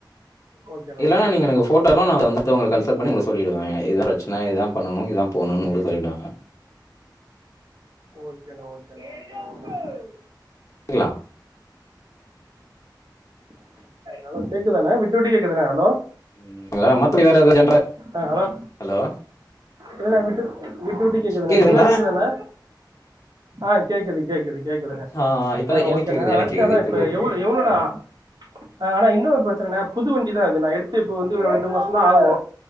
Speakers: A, on the right (about 60°); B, on the left (about 40°).
A: ஓகேண்ணா
B: இல்லலன்னா
A: ஓகேண்ணா
B: நீங்க எனக்கு போட்டோலா நா வந்துட்டு உங்களுக்கு கன்சல்ட் பண்ணி உங்க சொல்லிடுவே ஏ இதுதா பிரச்சனை இததான் பண்ணணும் இததான் போட்ணும்னு சொல்லிடுவாங்க
A: ஓகேண்ண ஓக் <inaudible>
B: <unintelligible>
A: ஹலோ கேக்குதாணே விட்டு விட்டு கேக்குதுணே ஹலோ
B: ம். மத்தபடி வேற ஏதாவது ஜென்ரல்
A: ஆஹ் ஹலோ
B: ஹலோ
A: இல்ண்ண விட்டு விட்டு விட்டு கேக்குதுண்ணே
B: கேக்குதுங்களா?
A: தெளிவா கேக்குதாண்ண ஆஹ் கேக்குது கேக்குது கேக்குதுண
B: ஆ இப்ப
A: ஆஹ்
B: எனக்கு
A: ஓகேண்ண
B: கேக்குது எனக்கு
A: அடுத்து
B: கேக்குது
A: அதா இப்ப
B: கேக்குது
A: எவ்ளவு எவ் ளோணா ஆ அண்ணா இன்னோரு பிரச்சனணே புது வண்டி தா அது நா எடுத்து இப்ப வந்து ரெண்டு மாசந்தா ஆகு